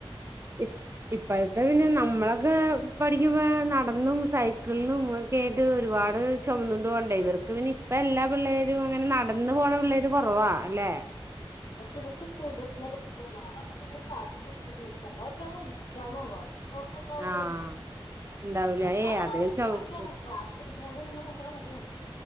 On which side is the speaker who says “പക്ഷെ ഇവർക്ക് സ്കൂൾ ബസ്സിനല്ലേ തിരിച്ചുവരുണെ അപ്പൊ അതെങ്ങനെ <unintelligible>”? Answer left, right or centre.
Left